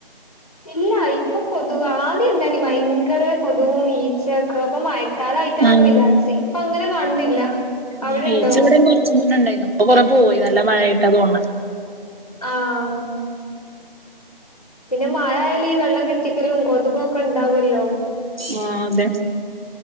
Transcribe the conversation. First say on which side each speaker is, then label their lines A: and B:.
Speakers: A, on the left (about 40°); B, on the right (about 85°).
A: ഇല്ല ഇപ്പൊ കൊതു ആദ്യം ഇണ്ടായിനി ഭയങ്കര കൊതുകും ഈച്ചയൊക്കെ ഇപ്പ മഴക്കാലായിട്ടാന്നൊക്കെ
B: ആഹ്
A: വിചാരിച്ച് ഇപ്പൊ അങ്ങനെ കാണുന്നില്ല അവിടെണ്ടോ
B: ആ ഈച്ച ഇവിടെയും കൊറച്ച് മുന്നെ ഉണ്ടായിരുന്നു ഇപ്പൊ കൊറേ പോയി നല്ല മഴ ആയിട്ടാണ് തോന്നുന്നു
A: ആഹ പിന്നെ മഴ ആയാലും ഈ വെള്ളം കെട്ടിക്കലും കൊതുകൊക്കെ ഉണ്ടാവല്ലോ
B: ആഹ് അതെ